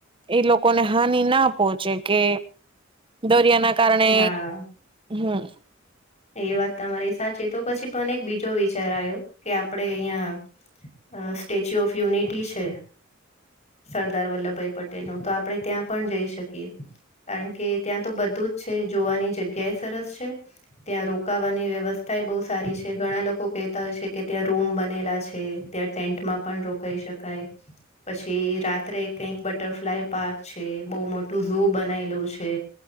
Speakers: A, on the right; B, on the left.
A: એ લોકોને હાનિ ના પહોંચે. કે દરિયાના કારણે
B: હા
A: હમ
B: એ વાત તમારી સાચી તો પછી પણ એક બીજો વિચાર આવ્યો કે આપડે અહિયાં. અ સ્ટેચ્યુ ઓફ યુનિટી છે. સરદાર વલ્લભભાઈ પટેલ નું તો આપડણે ત્યાં પણ જઈ શકીએ. કારણ કે ત્યાં તો બધું જ છે જોવાની જગ્યાએ સરસ છે. ત્યાં રોકાવાની વ્યવસ્થા બહુ સારી છે ઘણા લોકો કહેતા હોય છે કે ત્યાં રૂમ બનેલા છે. ત્યાં ટેન્ટમાં પણ રોકાઈ શકાય પછી રાત્રે કઈક બટરફ્લાય પાર્ક છે બહુ મોટું ઝુ બનાયલું છે.